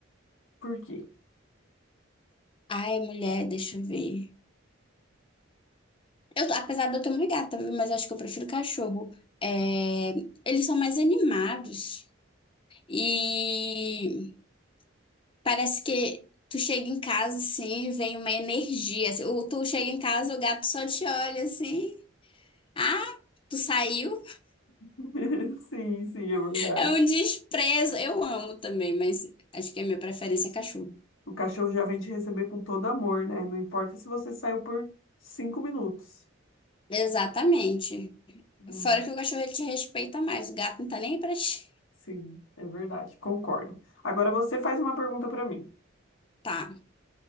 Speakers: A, on the left; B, on the left.
A: Por quê?
B: Ai, mulher, deixa eu ver. Eu, apesar de eu ter uma gata, viu? Mas acho que eu prefiro cachorro. É, eles são mais animados e parece que tu chega em casa assim, vem uma energia. Assim, ou tu chega em casa, o gato só te olha assim. Ah, tu saiu?
A: <laughs> Sim, sim, é verdade.
B: É um desprezo. Eu amo também, mas acho que a minha preferência é cachorro.
A: O cachorro já vem te receber com todo amor, né? Não importa se você saiu por cinco minutos.
B: Exatamente.
A: Hum,
B: Fora que o cachorro ele te respeita mais, o gato não tá nem aí pra ti.
A: Sim, é verdade, concordo. Agora você faz uma pergunta pra mim.
B: Tá.